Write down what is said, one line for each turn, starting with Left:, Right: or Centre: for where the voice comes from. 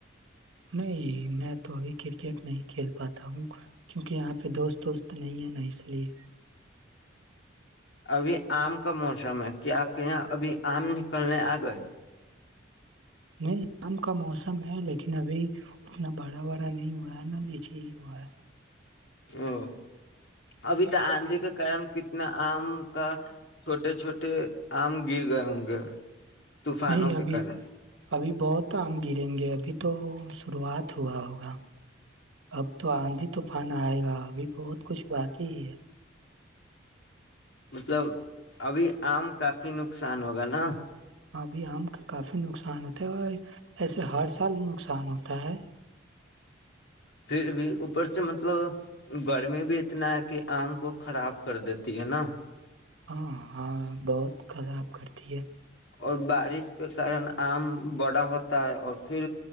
Right: نہیں میں تو ابھی کرکٹ نہیں کھیل پاتا ہوں کیونکہ یہاں پہ دوست وست تو نہیں ہے نا اس لیے
Left: ابھی آم کا موسم ہے کیا آپ کے یہاں ابھی آم نکلنے آ گئے
Right: نہیں آم کا موسم ہے لیکن ابھی اتنا بڑا وارا نہیں ہوا ہے نہ لیچی ہی ہوا ہے
Left: ا ابھی تو آندھی کے کارن کتنا آم کا چھوٹے چھوٹے آم گر گئے ہوں گے طوفانوں
Right: نہیں
Left: کے
Right: ابھی
Left: کارن
Right: ابھی بہت آم گریں گے اب ابھی تو شروعات ہوا ہوگا اب تو آندھی طوفان آئے گا ابھی بہت کچھ باقی ہی ہے
Left: مطلب ابھی آم کافی نقصان ہوگا نا
Right: ہاں ابھی آم کافی نقصان ہوتا ہے اور ایسے ہر سال نقصان ہوتا ہے
Left: پھر بھی اوپر سے مطلب گرمی بھی اتنا ہے کہ آم کو خراب کر دیتی ہے نا
Right: ہاں ہاں بہت خراب کرتی ہے
Left: اور بارش کے کن آم بڑا ہوتا ہے اور پھر